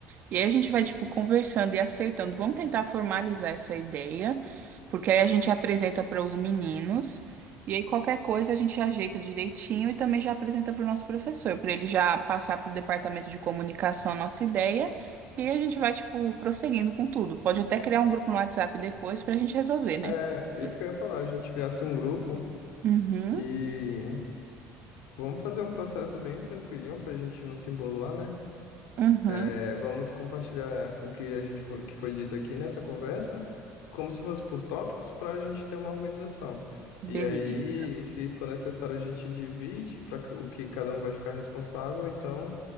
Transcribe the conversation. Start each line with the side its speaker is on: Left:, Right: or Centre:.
Right: E aí a gente vai, tipo, conversando e acertando. Vamos tentar formalizar essa ideia, porque aí a gente apresenta para os meninos. E aí qualquer coisa a gente ajeita direitinho e também já apresenta para o nosso professor, para ele já passar para o departamento de comunicação a nossa ideia. E aí a gente vai, tipo, prosseguindo com tudo. Pode até criar um grupo no WhatsApp depois para a gente resolver, né?
Left: É, isso
Right: Pois
Left: que eu ia falar, a gente criasse um grupo
Right: Uhum,
Left: e vamos fazer um processo bem tranquilinho pra gente não se emboluar, né?
Right: uhum,
Left: É, vamos compartilhar o que a gente foi, que foi dito aqui nessa conversa, como se fosse por tópicos, para a gente ter uma organização.
Right: beleza.
Left: E aí, se for necessário, a gente divide para o que cada um vai ficar responsável. Então,